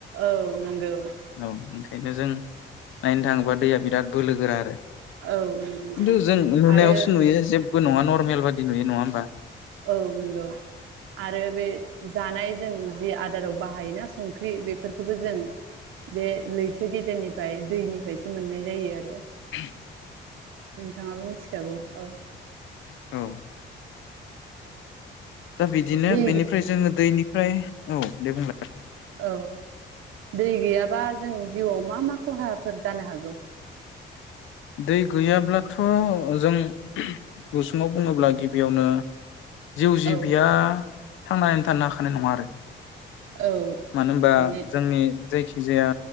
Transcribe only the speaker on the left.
औ ओंखायनो जों नायनो थाङोब्ला दैया बिराद बोलो गोरा आरो खिन्थु
जों नुनायावसो
नुयो जेबो नङा नरमेल बादि नुयो नङा होनोमबा?
<inaudible>
औ दा बिदिनो
बेनिफ्राय जोङो दैनि फ्राय औ दे बुंलाय
दै गैयाब्लाथ' जों गुसुङाव बुङोब्ला गिबियावनो जिउ जिबिया
थांनानै थानो हाखानाय नङा आरो।
मानो होनबा
जोंनि‌ जायखि जाया